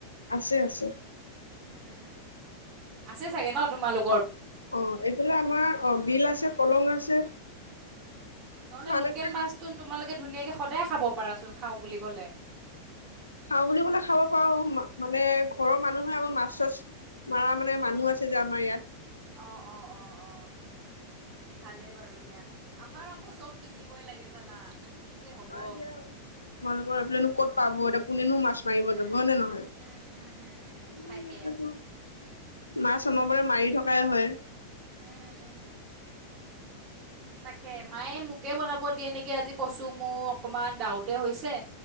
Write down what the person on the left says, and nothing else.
আছে আছে
অ' এইফালে আমাৰ অ' বিল আছে, কলং আছে।
মানুহ
খাওঁ বুলি ক'লে খাব পাৰো মানে ঘৰৰ মানুহে আমাৰ মাছ চাছ মৰা মানে মানুহ আছে যে আমাৰ ইয়াত।
হয়, এ দিয়া। তোমালোকৰ এইফালেনো ক'ত পাব এতিয়া কোনেনো মাছ মাছ মাৰিব
যাব হয় নে নহয়?
আমাৰ
ইয়াত আকৌ,
মাছ অনবৰটে মাৰি থকাই হয়।
<inaudible>